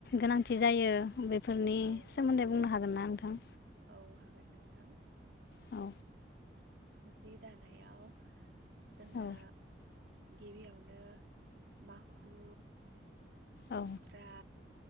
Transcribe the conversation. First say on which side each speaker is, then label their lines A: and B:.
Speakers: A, on the left; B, on the right.
A: गोनांथि जायो बे फोरनि
B: औ
A: सोमोन्दै बुंनो हागोन ना? नोंथां
B: अ हागोन नोंथां।
A: औ
B: जि दानायाव जोंनो
A: औ
B: गिबियावनो माखु,
A: औ
B: मुस्रा,